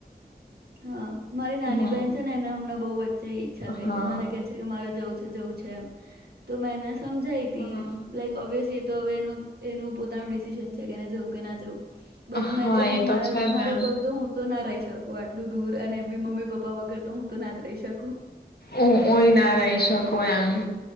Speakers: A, on the right; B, on the left.
A: હા મારી નાની
B: હમ
A: બેહેન છે ને એના હમણાં બોવ જ. જે ઈચ્છા
B: હા
A: થઈ હતી મને ક છે કે મારે જવું છે એમ, તો મે અને સ સમજાય તી
B: હા
A: <unintelligible> હવે સીતે એનું એનું પોતાનું ડિસિજન છે કે એને જવું કે ના જવું બટ
B: હા
A: મેં તો હું
B: એ
A: મારા,
B: છે જ
A: મારું
B: ને
A: કહ તો હું તો ના રહીશ છકુઆટ <unintelligible> એટલું દૂર અને બી મમ્મી-પપ્પા વગર તો હું તો ના જ રહી શકું
B: ઓય હુઅ ના રહી શકુ એમ